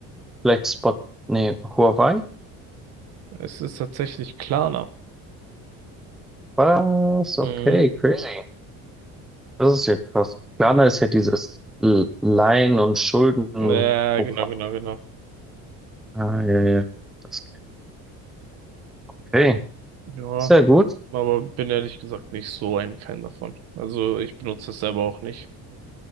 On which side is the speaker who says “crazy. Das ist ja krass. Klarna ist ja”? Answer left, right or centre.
Centre